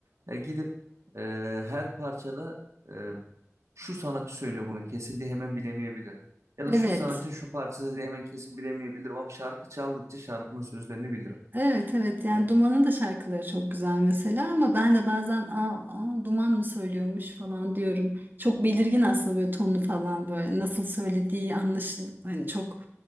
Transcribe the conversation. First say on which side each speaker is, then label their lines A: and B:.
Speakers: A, on the right; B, on the right.
A: Ya gidip e, her parçada e, şu sanatçı söylüyor bunu kesin diye hemen bilemeyebilirim. Ya da
B: Evet.
A: şu sanatçının şu parçası diye hemen kesin bilemeyebilirim ama şarkı çaldıkça şarkının sözlerini bilirim.
B: Evet evet yani
A: Evet.
B: Duman'ın da şarkıları çok güzel mesela ama ben de bazen aa, aa, Duman mı söylüyormuş falan diyorum. Çok belirgin aslında böyle tonu falan böyle nasıl söylediği anlaşıl hani çok